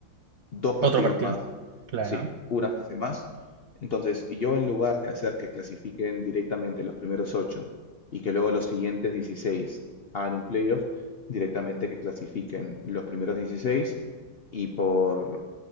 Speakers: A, on the left (about 80°); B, on the right (about 65°).
A: dos partidos
B: Otro partido.
A: más,
B: Claro.
A: sí, una fase más. Entonces, yo en lugar de hacer que clasifiquen directamente los primeros ocho y que luego los siguientes 16 hagan un playoff, directamente que clasifiquen los primeros 16 y por,